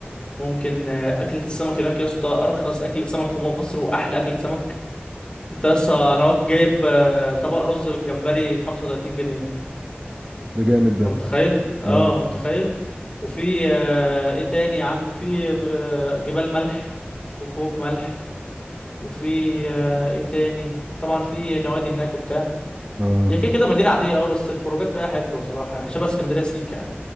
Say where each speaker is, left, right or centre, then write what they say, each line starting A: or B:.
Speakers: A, on the left (about 25°); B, on the right (about 25°).
A: ممكن آه اكله السمك هناك يا اسطى ارخص اكله سمك في مصر واحلى اكله سمك انت لسه انا واك- جايب آه طبق رز بالجمبري ب 35 جنيه
B: ده جامد
A: انت
B: ده
A: متخيل اه
B: اه
A: متخيل وفي آه ايه تاني يا عم في آه جبال ملح وكهوف ملح وفي آه ايه تاني طبعا في نوادي هناك وبتاع
B: اه
A: هي كده كده مدينة عادية اه بس الخروجات فيها حلوة صراحة يعني شبه اسكندرية سيكا يعني